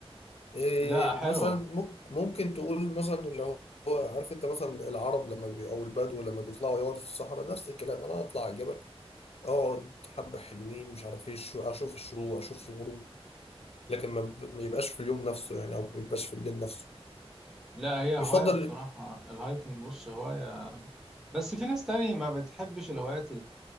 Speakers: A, on the left; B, in the centre.
A: إيه
B: لا حلوة
A: مثلا مك- ممكن تقول مثلا اللي هو هو عارف أنت مثلا العرب لما بي أو البدو لما بيطلعوا يقعدوا في الصحراء نفس الكلام أنا أطلع الجبل اقعد حبة حلوين مش عارف ايه الشروق اشوف الشروق اشوف الغروب لكن ما ما يبقاش في اليوم نفسه يعني او ما يبقاش في الليل نفسه
B: لا هي هواية
A: يفضل
B: بصراحة الهايكنج بص هواية بس في ناس تاني ما بتحبش الهوايات